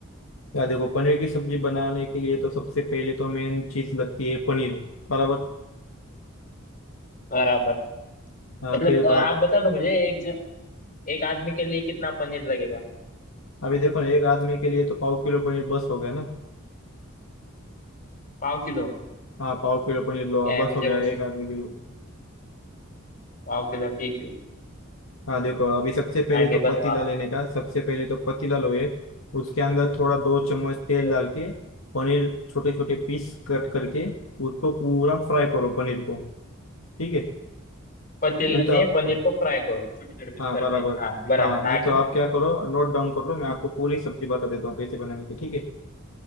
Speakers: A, on the left; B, on the left.
A: यार देखो पनीर की सब्जी बनाने के लिए तो सबसे पहले तो मेन चीज लगती है पनीर बराबर
B: बराबर
A: हाँ,
B: मतलब
A: फिर
B: अ,
A: बात
B: आप बता दो मुझे एक ज- एक आदमी के लिए कितना पनीर लगेगा
A: अभी देखो ना एक आदमी के लिए तो पाव किलो पनीर बस हो गया ना
B: पाव किलो
A: हाँ पाव किलो पनीर लो
B: क्या है
A: बस
B: मुझे
A: हो गया
B: वो
A: एक आदमी के लिए
B: पाव किलो ठीक है
A: हाँ देखो अभी सबसे पहले
B: आगे
A: तो
B: बताओ
A: पतीला लेने का सबसे पहले तो पतीला लोए उसके अंदर थोड़ा दो चम्मच तेल
B: आप
A: डाल के पनीर छोटे छोटे पीस कट करके उसको पूरा फ्राई करो पनीर को ठीक है
B: पतीले
A: नहीं
B: में
A: तो आप
B: पनीर को फ्राई करो छोटे छोटे पीस
A: हाँ
B: करके
A: बराबर
B: हाँ बराबर
A: हाँ नहीं
B: आगे
A: तो आप क्या करो नोट डाउन कर लो मैं आपको पूरी सब्जी बता देता हूँ कैसे बनाने की ठीक है